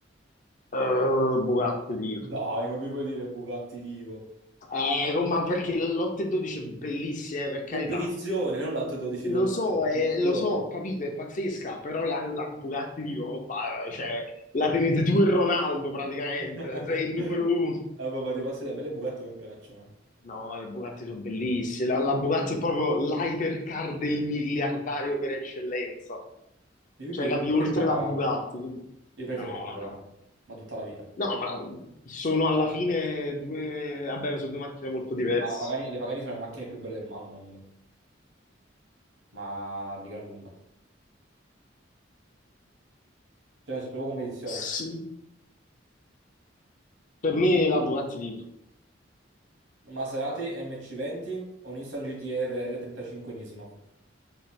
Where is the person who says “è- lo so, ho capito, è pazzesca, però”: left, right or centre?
Left